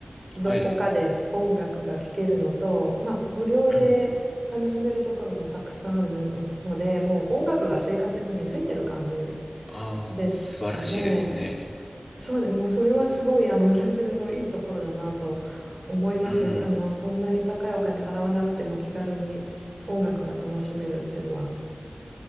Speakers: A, on the right (about 55°); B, on the left (about 45°).
A: どこかで音楽が聴けるのと、
B: はい
A: まあ、無料で楽しめるところもたくさんある
B: うん
A: ので、もう音楽が生活に根付いてる感じ
B: ああ素晴らしいですね
A: ですかね。そうで、もうそれはすごいあのブラジルのいいところだなと思いますね。
B: うん
A: あのそんなに高いお金払わなくても気軽に音楽が楽しめるっていうのは。